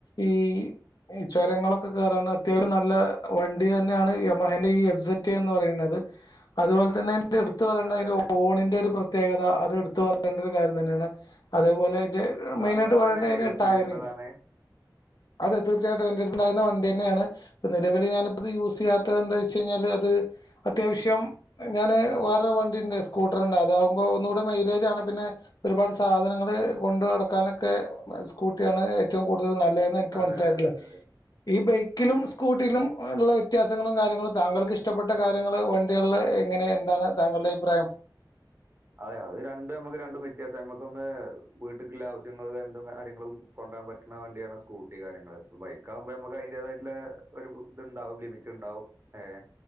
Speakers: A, on the left; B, on the right.
A: ഈ ഈ ചുരങ്ങളൊക്കെ കേറാൻ അത്യാവം നല്ല വണ്ടി തന്നെയാണ് യമഹന്റെ ഈ എബ്സെറ്റ് എന്ന് പറയുന്നത്. അതുപോൽ തന്നെ ന്റെടുത്ത് പറയണേയിന്റെ
B: അതെ അതെ.
A: ഓണിന്റെ ഒരു പ്രത്യേകത അഹ് തെടുത്തു പറയേണ്ട ഒരു കാര്യം തന്നെയാണ അതേപോലെ ത്
B: താങ്കൾ
A: മെയ്നായിട്ട്
B: അത്
A: പറിന്നെയ്ന്
B: തന്നെയല്ലേ യൂസ്
A: ട്ടായ്റിങ്
B: ചെയ്തിരുന്നതാണ്
A: അത് ത് <unintelligible> ന്റെട്ത്ണ്ടാര്ന്ന വണ്ടിന്നെണ് നിലവിൽ ഞാനിപ്പത് യൂസ്യ്യാത്തത് എന്താ ചെഴിഞ്ഞാല് അത് <unintelligible> അത്യാവ്ശ്യം ഞാാന് വേറെ വണ്ടിണ്ട് സ്കൂട്ടർണ്ട് അതാവുമ്പോ ഒന്നുകൂടെ മൈലേജാണ് പിന്നെ ഒരുപാട് സാധനങ്ങൾ ട് കൊണ്ട് നടക്കാനൊക്കെ സ്കൂട്ടിയാണ് ഏറ്റവും കൂടുതൽ ന ലേ ന്നെൻക്ക്
B: അതെ
A: മനസിലായിട്ടിള്ളെ
B: അതെ അതെ അതെ
A: ഈ ബൈ ക്കിലും സ്കൂട്ടിയിലും ഉള്ള വ്യത്യാസങ്ങളും കാര്യങ്ങളും താങ്കൾക്ക് ഇഷ്ടപ്പെട്ട കാര്യങ്ങള് വണ്ടികൾളെ ങ്ങനെ എന്താണ് താങ്കൾടെ അഭിപ്രായം
B: അതെ അത് രണ്ടും നമ്മുക്ക് രണ്ടും വ്യത്യാസം നമ്മക്കൊന്ന് വീട്ടിക്കുള്ള ആവശ്യങ്ങൾ എന്തും കാര്യങ്ങളും കൊണ്ടരാൻ പറ്റ്ന്ന വണ്ടിയാണ് സ്കൂട്ടി കാര്യങ്ങ ബൈക്ക് ആഉമ്പോ നമ്മക്ക് അയിന്റതായിള്ള ഒരു ഇത്ണ്ടാവും ലിമിറ്റ് ണ്ടാവും ഏഹ്